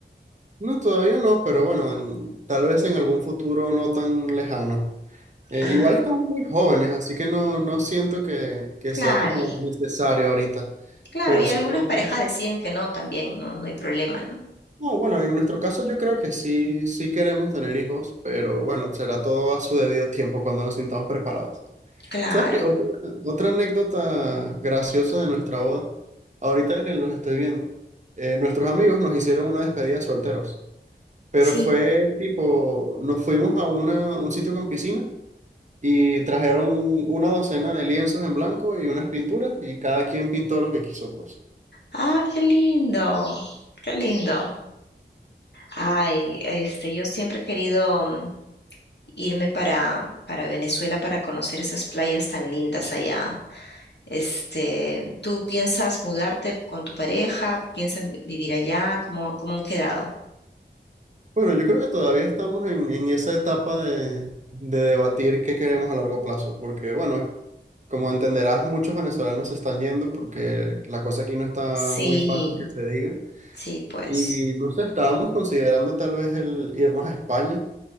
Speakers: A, on the right; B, on the left.
A: No, todavía no, pero bueno, en- tal vez en algún futuro no tan lejano. Eh,
B: Ah,
A: igual estamos muy jóvenes, así que no, no siento que, que
B: claro,
A: sea como necesario ahorita.
B: claro.
A: Pero
B: Y
A: si
B: algunas
A: queremos,
B: parejas deciden que no también, no, no hay problema, ¿no?
A: no, bueno, en nuestro caso yo creo que sí, sí queremos tener hijos, pero bueno, será todo a su debido tiempo cuando nos sintamos preparados.
B: Claro,
A: ¿Sabes qué? Otra, otra anécdota graciosa de nuestra boda, ahorita que los estoy viendo, eh, nuestros amigos nos hicieron una despedida de solteros, pero
B: sí.
A: fue tipo, nos fuimos a una, a un sitio con piscina. y trajeron una docena de lienzos en blanco y unas pinturas y cada quien pintó lo que quiso, pues.
B: Ah, qué lindo, qué lindo. Ay, este, yo siempre he querido mm, irme para, para Venezuela para conocer esas playas tan lindas allá. Este, ¿tú piensas mudarte con tu pareja? ¿Piensan vi- vivir allá? ¿Cómo, cómo han quedado?
A: Bueno, yo creo que todavía estamos en, en esa etapa de, de debatir qué queremos a largo plazo, porque bueno, como entenderás, muchos venezolanos se están yendo porque la cosa aquí no está
B: Sí,
A: muy fácil que se diga.
B: sí, pues.
A: Y no sé, estábamos considerando tal vez el irnos a España,